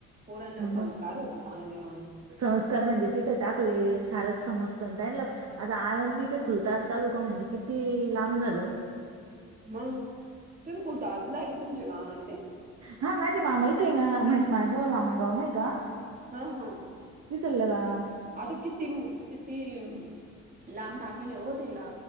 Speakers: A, on the right (about 30°); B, on the right (about 55°).
A: पोरांना
B: मग
A: संस्कार होते चांगले म.
B: संस्कार म्हणजे तिथं टाकले सारच समजतन त्यांनल. आता आळंदी ते खुलतात तालुका म्हणजे किती लांब झाल ओ
A: मंग तुम्ही कूजलात लाय के तुमचे मामनं ते
B: हा माझे मामा इथं य ना म्हैस मार्ट ला जवळ आमंगावं नय का
A: हा हा
B: तिथलं का
A: आता किती म किती अं लांब टाकले ओ तिला